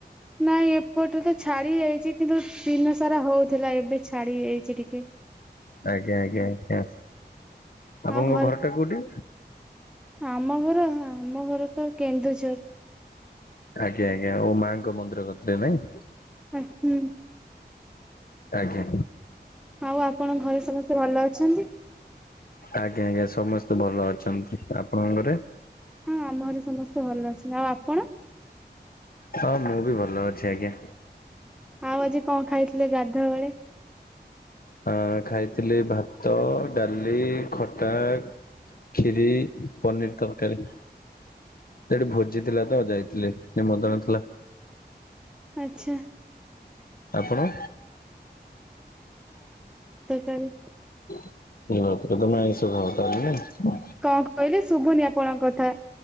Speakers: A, in the centre; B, on the left.
A: ନାଇଁ ଏପଟେ ତ ଛାଡି ଯାଇଚି। କିନ୍ତୁ ଦିନ ସାରା ହଉଥିଲା ଏବେ ଛାଡି ଯାଇଚି ଟିକେ।
B: ଆଜ୍ଞା, ଆଜ୍ଞା, କାସ୍। ଆପଣଙ୍କ
A: ଆଉ ଘରେ
B: ଘର ଟା କୋଉଠି?
A: ଆମ ଘର ହଁ ଆମ ଘର ତ କେନ୍ଦୁଝର।
B: ଆଜ୍ଞା ଆଜ୍ଞା ଓ ମା ଙ୍କ ମନ୍ଦିର କତିରେ ନାଇଁ?
A: ଆଚ୍ଛା।
B: ଆଜ୍ଞା।
A: ଆଉ ଆପଣ ଘରେ ସମସ୍ତେ ଭଲ ଅଛନ୍ତି?
B: ଆଜ୍ଞା ଆଜ୍ଞା ସମସ୍ତେ ଭଲ ଅଛନ୍ତି। ଆପଣଙ୍କ ଘରେ?
A: ହଁ ଆମ ଘରେ ସମସ୍ତେ ଭଲ ଅଛନ୍ତି। ଆଉ ଆପଣ?
B: ହଁ ମୁଁ ବି ଭଲ ଅଛି ଆଜ୍ଞା।
A: ଆଉ ଆଜି କଣ ଖାଇଥିଲେ ଗାଧୁଆବେଳେ?
B: ଆ, ଖାଇଥିଲି ଭାତ, ଡାଲି, ଖଟା ଖିରୀ, ପନିର୍ ତରକାରୀ। ସେଠି ଭୋଜି ଥିଲା ତ ଯାଇଥିଲି ନିମନ୍ତ୍ରଣ ଥିଲା।
A: ଆଚ୍ଛା।
B: ଆପଣ?
A: ତାରୀ
B: <unintelligible> ସେ ଘଟଗାଁ ତାରିଣୀ?
A: କଣ କହିଲେ ଶୁଭୁନି ଆପଣଙ୍କ କଥା?